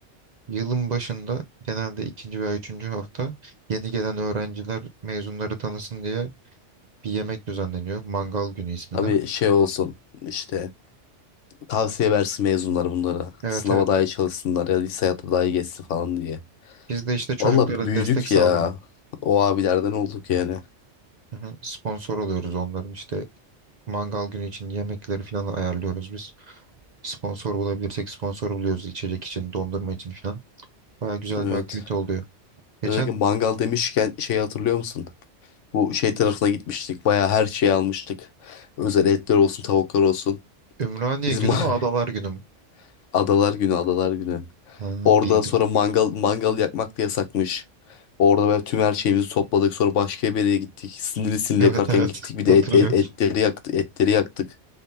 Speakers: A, on the right; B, on the left.
A: Yılın başında genelde ikinci veya üçüncü hafta yeni gelen öğrenciler mezunları tanısın diye bir yemek düzenleniyor. Mangal günü ismi
B: Tabii
A: de.
B: şey olsun işte tavsiye versin mezunlar bunlara.
A: Evet
B: Sınava
A: evet
B: daha iyi çalışsınlar ya da lise hayatı daha iyi geçsin falan diye.
A: Biz de işte çocuklara
B: Valla büyüdük
A: destek sağlıyoruz.
B: ya. O abilerden olduk yani.
A: Hı hı. Sponsor oluyoruz onların işte mangal günü için yemekleri falan ayarlıyoruz biz. Sponsor bulabilirsek sponsor buluyoruz içecek için, dondurma için falan. Baya güzel
B: Evet.
A: bir aktivite oluyor. Geçen
B: Özellikle mangal demişken şey hatırlıyor musun? Bu şey tarafına gitmiştik. Baya her şeyi almıştık. Özel etler olsun, tavuklar olsun.
A: Ümraniye
B: Biz
A: günü
B: ma-
A: mü, Adalar günü mü?
B: <laughs> adalar günü, adalar günü.
A: Ha,
B: Orada
A: bildim.
B: sonra mangal mangal yakmak da yasakmış. Orada böyle tüm her şeyimizi topladık. Sonra başka bir yere gittik. Sinirli sinirli
A: Evet
B: yakarken
A: evet
B: gittik.
A: <laughs>
B: Bir de
A: hatırlıyorum.
B: et, et- etleri yaktık, etleri yaktık.